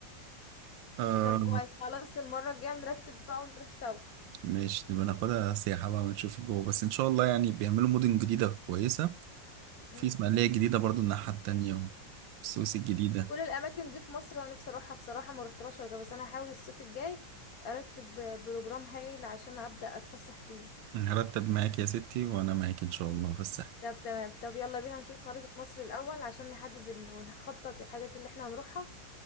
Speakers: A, on the right (about 90°); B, on the left (about 55°).
A: آه
B: طب كويس خلاص المرة الجاية نرتب بقى ونروح سوا
A: ماشي نبقى ناخدها سياحة بقى ونشوف جوه بس إن شاء الله يعني بيعملوا مدن جديدة كويسة
B: امم
A: في إسماعيلية جديدة برضو الناحية التانية والسويس الجديدة
B: كل الاماكن دي في مصر انا نفسي اروحها بصراحة ما رحتهاش ولا جا- بس انا هحاول الصيف الجاي ارتب بروجرام هايل عشان ابدأ اتفسح فيه
A: هرتب معاك يا ستي وأنا معاك إن شاء الله في الساحل
B: طب تمام طب يلا بينا نشوف خريطة مصر الاول عشان نحدد ال- ونخطط الحاجات اللي احنا هنروحها